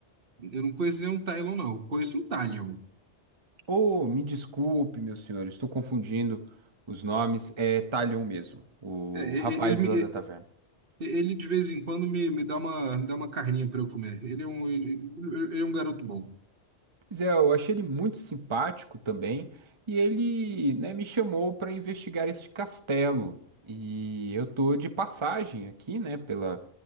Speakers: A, on the right; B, on the right.
A: Eu não conhecia um Tylon, não. Eu conheço um Talion.
B: Hum. Oh, me desculpe, meu senhor, estou confundindo os nomes. É Tylon mesmo, o
A: É, e-
B: rapaz
A: e- ele, me-
B: lá
A: e-
B: da taverna.
A: ele, de vez em quando me, me dá uma, me dá uma carninha para eu comer. Ele é um, ele, ele é um garoto bom.
B: Pois é, eu achei ele muito simpático também, e ele, né, me chamou para investigar este castelo. E eu tô de passagem aqui, né, pela